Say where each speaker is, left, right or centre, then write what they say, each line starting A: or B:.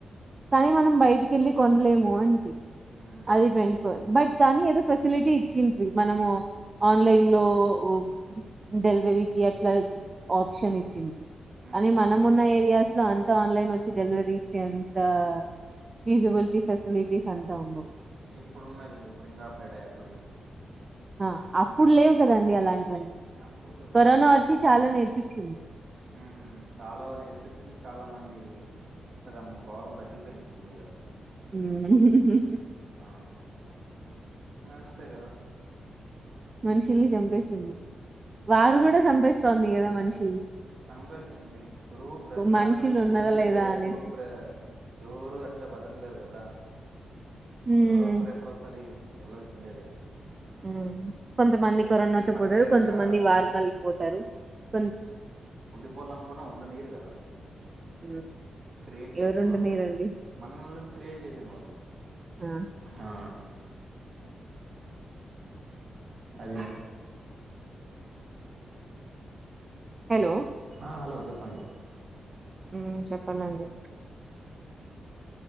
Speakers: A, on the right (about 25°); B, on the right (about 50°).
A: కానీ మనం బైటికి ఎళ్ళి కొన్లేము అంటి
B: ఉం.
A: అది టెవ్న్టి ఫోర్ బట్ కానీ ఏదో ఫెసిలిటీ ఇచ్చిండ్రి మనము ఆన్లైన్ లో ఓ డెల్వెరీకి అట్ల ఆప్షన్ ఇచ్చిండ్రి
B: ఉం.
A: అని మన మొన్న ఏరియాస్ ట్ల అంత ఆన్లైన్ వొచ్చి డెల్వరీ చెన్ తా ఫీజిబుల్టీ ఫెసిలిటిస్ అంతా ఉండవ్
B: ఇప్పుడు ఉన్నయి లెండి ఇప్పుడు ఇంగా అబ్డేట్ అయి అప్పుడికి ఇప్పుడికి
A: ఆ అప్పుడ్ లేవు కదా అండి అలాంట్
B: అప్పుడు
A: కరోనా వచ్చి చాలా నేర్పిచింది
B: ఊ హు చాలో నేర్పిచ్న్ది చాలా మంది సగం భారం తగ్గిపేంది భూమ్ మీద
A: ఉమ్
B: ఆ ఇంగ అంతే కదా
A: మనుషుల్ని చంపేస్తుంది వార్ గుడా చంపెస్తోంది కదా మన్ష్
B: చంపెస్తుంది ఇప్పుడు ప్రస్తుతానికి
A: మనుషులు
B: భూమ్
A: ఉన్నరా
B: మింద
A: లేదా
B: ఎవ్వరు
A: అనేసి.
B: ప్ర ఎవ్రు అట్ల బతక్లేరు కదా
A: హ్మ్.
B: ఎవరో ఒకరు ఎప్పుడొసరీ వెళ్లల్సిండేదే
A: ఊ కొంతమంది కరోనాతో
B: పర్మనెంట్‌గా,
A: పోతారు కొంతమంది వార్మల్ పోతారు కొంత్
B: ఉండిపోళ్ళ అనుకున్నా ఉండనీరు కదా
A: హ్మ్.
B: క్రియేట్ చేసిన
A: ఎవరుండనీయరండి.
B: వాళ్ళు మన్నోళ్లని క్రియేట్ చేసిన వాళ్ళు
A: ఆ!
B: హా అదీ
A: హెలో
B: అ హలో చెప్పండి
A: ఊ చప్పల్ అండి